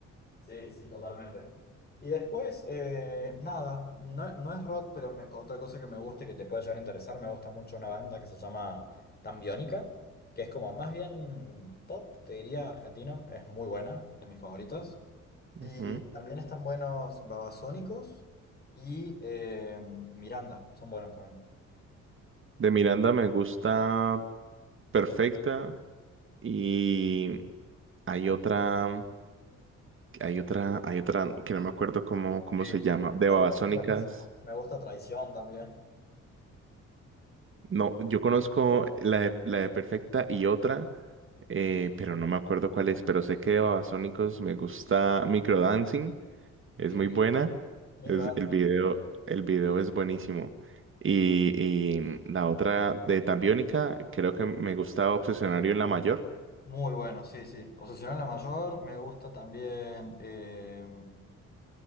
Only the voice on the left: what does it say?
Sí, sí, totalmente. Y después, eh, nada, no, no es rock, pero me- otra cosa que me gusta y que te puede llegar a interesar, me gusta mucho una banda que se llama Tambiónica, que es como más bien pop, te diría, argentina, es muy buena, de mis favoritas. Y
también están buenos Babasónicos y eh, Miranda, son buenos también.
Sí,
Perfecto,
buenísimo. Me gusta Traición también.
sí.
Microdance.
Muy bueno, sí, sí. Obsesión en la mayor, me gusta también. eh,